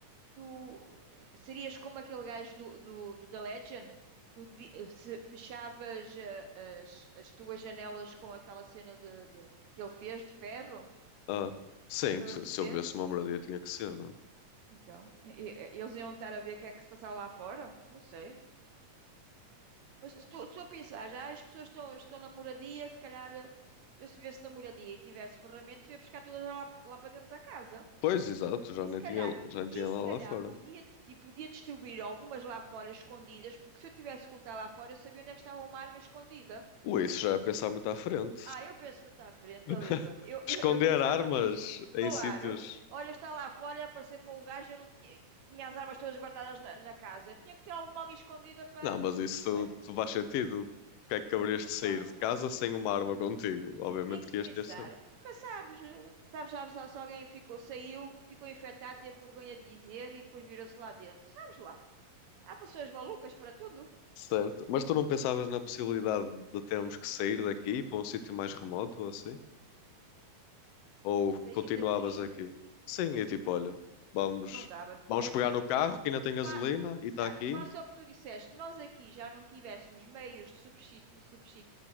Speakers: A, on the right; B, on the left.
A: tu serias como aquele gajo do, do, do The Legend? Tu devi- eh, se fechavas eh, as, as tuas janelas com aquela cena de, de- que ele fez de ferro?
B: Ah, sim,
A: Estás
B: tu-
A: a perceber?
B: se eu vivesse uma moradia tinha que ser, não é?
A: Então, e- e- eh, eles iam estar a ver o que é que se passava lá fora? Não sei. Mas se tu, tu a pensares, ah, as pessoas estão, estão na moradia, se calhar eh, eu se viesse na moradia e tivesse ferramentas, eu ia buscar todas lá, lá para dentro da casa.
B: Pois, exato, já
A: E
B: nem
A: se calhar,
B: tinha, já nem tinha
A: e se
B: lá
A: calhar
B: lá fora.
A: podia, e podia distribuir algumas lá fora escondidas, porque se eu tivesse que lutar lá fora, eu sabia onde é que estava uma arma escondida.
B: Ui, isso já é pensar muito à frente.
A: Ah, eu penso muito à frente,
B: <laughs>
A: ó Igor. Eu, eu,
B: Esconder
A: eu pensava
B: armas
A: nisso.
B: em
A: Claro.
B: sítios.
A: Olha, está lá fora, apareceu-me um gajo, eu não tinha, tinha as armas todas guardadas na, na casa. Eu tinha que ter alguma ali escondida para.
B: Não, mas isso
A: para lhe-
B: tu faz sentido. Porque é que haverias
A: Não
B: de sair
A: faz,
B: de
A: não.
B: casa sem uma arma contigo? Obviamente
A: Tem que
B: que
A: se
B: ias
A: pensar.
B: ter sempre.
A: Tu nunca sabes. eh, Sabes, sabes lá se alguém ficou, saiu, ficou infectado, teve vergonha de dizer e depois virou-se lá dentro. Sabes lá. Há pessoas malucas para tudo.
B: Certo. Mas tu não pensavas na possibilidade de termos que sair daqui para um sítio mais remoto ou assim? Ou
A: Sair
B: continuavas
A: daqui eh,
B: aqui? Sim, e tipo, olha, vamos,
A: não dava.
B: vamos
A: É assim,
B: pegar no carro que ainda tem gasolina
A: fa-
B: e
A: exato,
B: está aqui,
A: faça o que tu disseste. Nós aqui já não tivéssemos meios de, subsi- subsi-